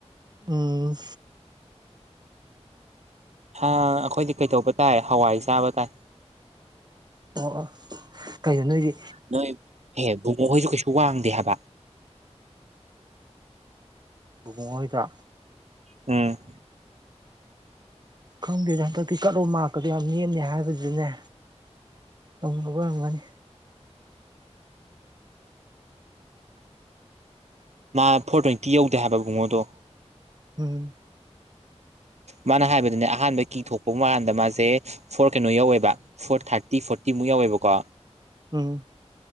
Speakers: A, on the right (about 35°); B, on the right (about 75°).
A: ꯎꯝ
B: ꯍꯥ ꯑꯩꯈꯣꯏꯗꯤ ꯀꯩꯗꯧꯕ ꯇꯥꯏ ꯍꯋꯥꯏ ꯆꯥꯕ ꯇꯥꯏ
A: ꯑꯣ ꯀꯩꯅꯣ ꯅꯣꯏꯗꯤ
B: ꯅꯣꯏ ꯑꯦ ꯕꯨꯡꯕꯨꯡ ꯃꯈ ꯍꯣꯏꯁꯨ ꯀꯩꯁꯨ ꯋꯥꯡꯗꯦ ꯍꯥꯏꯕ
A: ꯕꯨꯡꯉꯣꯍꯣꯏꯗꯣ
B: ꯎꯝ
A: ꯈꯪꯗꯦꯅꯦ ꯍꯟꯗꯛꯇꯤ ꯀꯠꯂꯣ ꯃꯥꯔꯀꯗꯣ ꯌꯥꯝ ꯅꯦꯝꯅꯦ ꯍꯥꯏꯕꯗꯨꯅꯦ ꯇꯧ ꯑꯣꯏꯔꯝꯒꯅꯤ
B: ꯃꯥ ꯐꯣꯔ ꯇ꯭ꯋꯦꯟꯇꯤ ꯌꯧꯗꯦ ꯍꯥꯏꯕ ꯕꯨꯡꯉꯣꯗꯣ
A: ꯎꯝ
B: ꯃꯥꯅ ꯍꯥꯏꯕꯗꯅꯦ ꯑꯍꯥꯟꯕ ꯀꯤ ꯊꯣꯛꯄ ꯃꯥꯟꯗ ꯃꯥꯁꯦ ꯐꯣꯔ ꯀꯩꯅꯣ ꯌꯧꯋꯦꯕ ꯐꯣꯔ ꯊꯥꯔꯠꯤ ꯐꯔꯇꯤꯃꯨꯛ ꯌꯥꯎꯋꯕꯀꯣ
A: ꯎꯝ